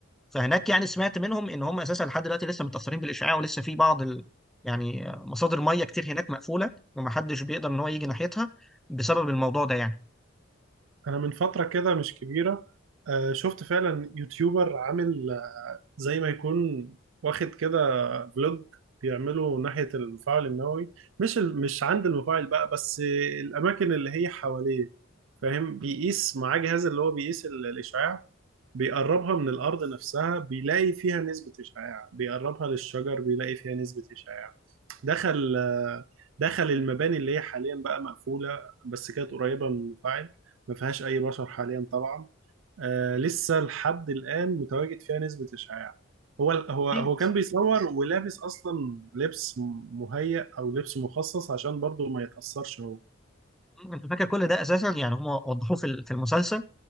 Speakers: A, in the centre; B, on the right.
A: فهناك يعني سمعت منهم ان هم اساسا لحد دلوقتي لسه متاثرين بالاشعاع ولسه في بعض ال... يعني مصادر ميه كتير هناك مقفوله ومحدش بيقدر ان هو يجي ناحيتها بسبب الموضوع ده يعني
B: أنا من فترة كده مش كبيرة آه، شفت فعلا يوتيوبر عامل آه، زي ما يكون واخد كده فلوج بيعمله ناحية المفاعل النووي مش ال- مش عند المفاعل بقى بس آه، الأماكن اللي هي حواليه فاهم بيقيس معاه جهاز اللي هو بيقيس ال- الإشعاع بيقربها من الأرض نفسها بيلاقي فيها نسبة إشعاع بيقربها للشجر بيلاقي فيها نسبة إشعاع دخل دخل المباني اللي هي حاليا بقى مقفولة بس كانت قريبة من المفاعل ما فيهاش أي بشر حاليا طبعا آه لسه لحد الآن متواجد فيها نسبة إشعاع هو هو هو
A: اكيد
B: كان بيصور ولابس أصلا لبس مهيأ أو لبس مخصص عشان برضه ما يتأثرش هو
A: انت فاكر كل ده اساسا يعني هم وضحوه في ال- في المسلسل